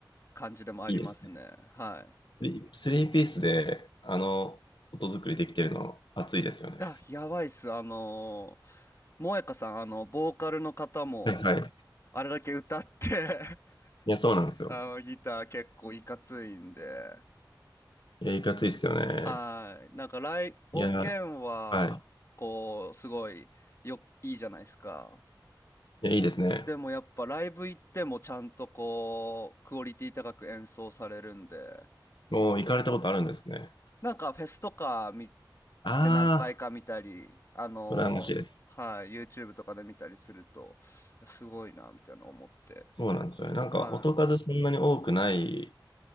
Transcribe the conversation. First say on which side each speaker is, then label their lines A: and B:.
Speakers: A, on the left (about 40°); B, on the left (about 80°).
A: 感じでもありますね。
B: い。いいですね。
A: はい。
B: でスリーピースで、あの、音作りできてるの、熱いですよね。
A: あ、やばいっす。あのー、萌歌さん、あの、ボーカルの方も、
B: はいはい。
A: あれだけ歌って
B: いや、そうなんですよ。
A: <laughs> あの、ギター結構いかついんで、
B: いや、いかついっすよね。
A: はい。なんか、ライ、音源は、
B: いや、はい。
A: こう、すごい、よ、いいじゃないですか。
B: いや、いいですね。
A: でもやっぱライブ行ってもちゃんとこうクオリティ高く演奏されるんで
B: もう行かれたことあるんですね。
A: なんかフェスとか見
B: あ
A: て何回か見たりあのーはい
B: あ、羨ましいです。
A: YouTube とかで見たりするといやすごいなみたいな思って
B: そうなんですよね。なんか、
A: はい
B: 音数そんなに多くない